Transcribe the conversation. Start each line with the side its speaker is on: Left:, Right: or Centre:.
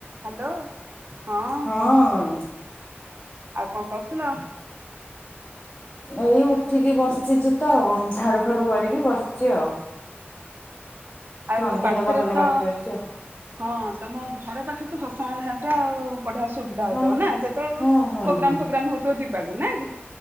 Right: Hello ହଁ ଆ
Left: ହଁ
Right: ଆଉ କ'ଣ କରୁଥିଲ।
Left: ଏଇ ଉଠିକି ବସିଛି ତ ଝାଡୁ, ଫାଡୁ କରିକି ବସିଛି ଆଉ।
Right: ଆଉ
Left: ସନ୍ଧ୍ୟା
Right: ପାଖରେ
Left: ଦବା ଖାଲି
Right: ତ।
Left: ବାକି ଅଛି ଆଉ
Right: ହଁ ତମ ଘର ପାଖରେ ତ ସତସଙ୍ଗ ବିହାର ଟା ଆଉ ବଢ଼ିଆ ସୁ। ସୁବିଧା ହଉଥିବ
Left: ହୁଁ
Right: ନା ଯେତେବେଳୁ
Left: ହୁଁ ହୁଁ
Right: ପ୍ରୋଗ୍ରାମ,
Left: ହୁଁ
Right: ଫୋଗ୍ରାମ ହଉଥିବ ଯିବାକୁ ନା କି।